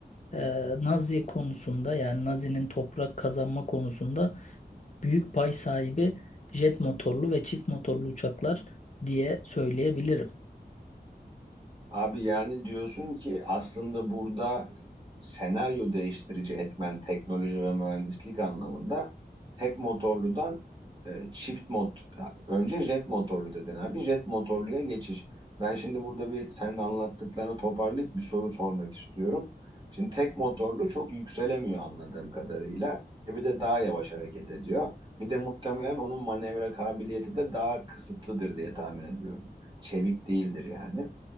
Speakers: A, on the left; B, on the right.
A: e, Nazi konusunda yani Nazi'nin toprak kazanma konusunda büyük pay sahibi jet motorlu ve çift motorlu uçaklar diye söyleyebilirim.
B: Abi yani diyorsun ki aslında burada senaryo değiştirici etmen teknoloji ve mühendislik anlamında tek motorludan e, çift mot önce jet motorlu dedin abi jet motorluya geçiş. Ben şimdi burada bir senin anlattıklarını toparlayıp bir soru sormak istiyorum. Şimdi tek motorlu çok yükselemiyor anladığım kadarıyla. E bir de daha yavaş hareket ediyor. Bir de muhtemelen onun manevra kabiliyeti de daha kısıtlıdır diye tahmin ediyorum. Çevik değildir yani.